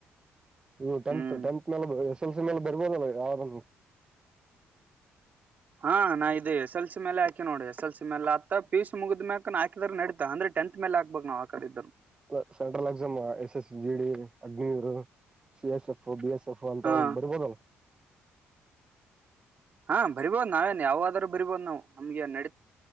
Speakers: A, on the right (about 20°); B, on the right (about 40°).
A: ನೀವ್ ಟೆಂತ್
B: ಹ್ಮ್
A: ಟೆಂತ್ ನನಗ್ ಎಸ್ ಎಲ್ ಸಿ ಮ್ಯಾಲ ಬರ್ಬೋದಲ್ಲ ಯಾವ್ದುನೂ?
B: ಹಾ ನಾ ಇದೆ ಎಸ್ ಎಲ್ ಸಿ ಮ್ಯಾಲೆ ಹಾಕಿನ ನೋಡ ಎಸ್ ಎಲ್ಸಿ ಮ್ಯಾಲ ಆತ್ತ ಪಿಯುಸಿ ಮುಗಿದ್ ಮ್ಯಾಕ್ನ ಹಾಕಿದ್ರ ನಡಿತದ ಅಂದ್ರೆ ಟೆಂತ್ ಮ್ಯಾಲ್ ಹಾಕ್ಬೇಕ ನಾವ್ ಹಾಕದಿದ್ದುರ.
A: ಅ central exam S S G D Agniveer. C S F B S F ಅಂತಾವ
B: ಹಾ
A: ಬರ್ಬೋದಲಾ?
B: ಹಾ ಬರಿಬೋದು ನಾವೇನ್ ಯಾವಾದ್ರು ಬರಿಬೋದ ನಾವ ನಮ್ಗೆನ ನಡಿ